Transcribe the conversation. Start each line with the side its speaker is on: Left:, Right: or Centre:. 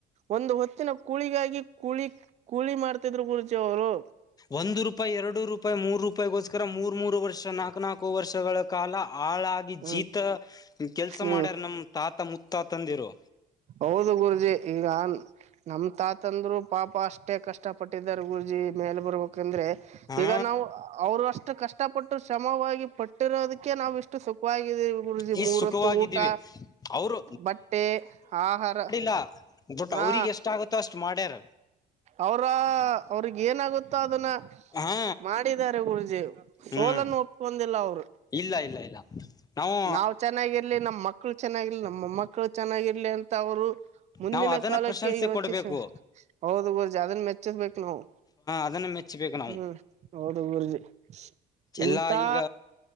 Right: ಒಂದು ಹೊತ್ತಿನ ಕೂಳಿಗಾಗಿ ಕೂಳಿ ಕೂಳಿ ಮಾಡ್ತಿದ್ರು ಗುರುಜಿ ಅವರು.
Left: ಒಂದು ರೂಪಾಯಿ ಎರಡು ರೂಪಾಯಿ ಮೂರು ರೂಪಾಯಿಗೋಸ್ಕರ ಮೂರ. ಮೂರ್ ಮೂರು ವರ್ಷ ನಾಕು ನಾಲ್ಕು ವರ್ಷಗಳ ಕಾಲ ಆಳಾಗಿ
Right: ಹ್ಮ್
Left: ಜೀತ ಕೆಲ್ಸ
Right: ಹ್ಮ್
Left: ಮಾಡ್ಯಾರ ನಮ. ತಾತ ಮುತ್ತ ತಾತ ತಂದಿರು.
Right: ಹೌದು ಗುರುಜಿ ಈಗನ್. ನಮ್ ತಾತ ಅಂದ್ರು ಪಾಪ ಅಷ್ಟೇ ಕಷ್ಟ ಪಟ್ಟಿದರೆ ಗುರೂಜಿ ಮೇಲ್ ಬರ್ಬೇಕಂದ್ರೆ.
Left: ಹಾ
Right: ಈಗ ನಾವು ಅವರು ಅಷ್ಟು ಕಷ್ಟಪಟ್ಟು ಶ್ರಮವಾಗಿ ಪಟ್ಟಿರೋದಕ್ಕೆ ನಾವ ಇಷ್ಟ. ಷ್ಟು ಸುಖವಿದ್ದ ಗುರುಜಿ
Left: ಈ
Right: ಮೂರತ್ತು
Left: ಸುಖವಾಗಿದ್ದೀವಿ
Right: ಊಟ
Left: ಅವರು
Right: ಬಟ್ಟೆ ಆಹಾರ.
Left: <unintelligible> ಬಟ್ಟ
Right: ಹಾ
Left: ಅವ್ರಿಗೆ ಎಷ್ಟ ಆಗುತ್ತೋ ಅಷ್ಟ್ ಮಾಡ್ಯಾರ.
Right: ಅವ್ರ ಅವ್ರಗ್ ಏನಾಗುತ್ತೋ ಅದನ್ನ
Left: ಹಾ
Right: ಮಾಡಿದಿದ್ದಾರೆ ಗುರೂಜಿ. ಸೋಲನ್ನು
Left: ಹ್ಮ್
Right: ಒಟ್ಕೊಂಡಿಲ್ಲ ಅವರು
Left: ಇಲ್ಲ ಇಲ್ಲ ಇಲ್ಲ ನಾವು
Right: ನಾವ್ ಚೆನ್ನಾಗಿರ್ಲಿ ನಮ್ಮ ಮಕ್. ಳ ಚೆನ್ನಾಗಿಲ್ಲ ನಮ್ಮ ಮೊಮ್ಮಕ್ಕಳ. ಚೆನ್ನಾಗಿರ್ಲಿ ಅಂತ ಅವರು ಮುಂದಿನ
Left: ನಾವು ಅದನ್ನ
Right: ಕಾಲಕ್ಕೆ
Left: ಪ್ರಶಂಸೆ
Right: ಯೋಚಿಸ
Left: ಕೊಡ್ಬೇಕು
Right: ಹೌದು ಗುರೂಜಿ ಅದನ ಮೆಚ <unintelligible> ರ್ಬೇಕು ನಾವು
Left: ಅದನ್ನ ಮೆಚ್ಚಬೇಕು ನಾವು
Right: ಹ್ಮ್ ಹೌದು ಗುರೂಜಿ. ಇಂತಾ.
Left: ಎಲ್ಲಾ ಈಗ